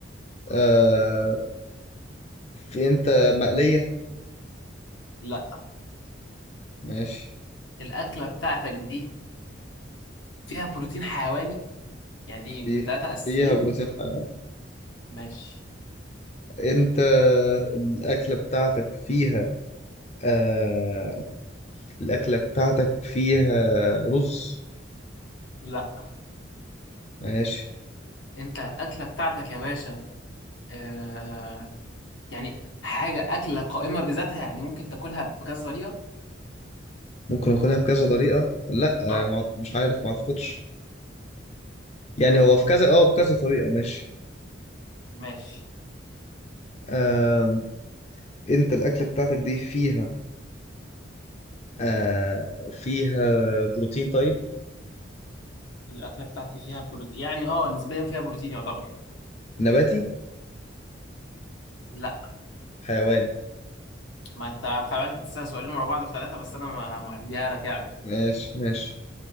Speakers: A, on the left; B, on the left.
A: آه... في أنت مقلية
B: لا
A: ماشي
B: الاكله بتاعتك دي فيها بروتين حيواني يعني
A: في
B: من الثلاثه الاساسيين
A: فيها بروتين حيواني
B: ماشي
A: أنت الأكلة بتاعتك فيها آه... الأكلة بتاعتك فيها رز
B: لا
A: ماشي
B: انت الاكله بتاعتك يا باشا آه يعني حاجه اكله قائمه بذاتها يعني ممكن تاكلها بكذا طريقه
A: ممكن أكلها بكذا طريقة لا
B: اه
A: آه، ما- مش عارف ما أعتقدش يعني
B: ما تتق...
A: هو في كذا اه بكذا طريقة ماشي
B: ماشي
A: آه... أنت الأكلة بتاعتك دي فيها آه... فيها بروتين طيب
B: الأكلة بتاعتي فيها بروتين يعني اه نسبيا فيها بروتين يعتبر
A: نباتي
B: لا
A: حيواني
B: ما انت خلي بالك تسأل سؤالين ورا بعض في ثلاثة بس أنا ما- معديها لك يعني
A: ماشي ماشي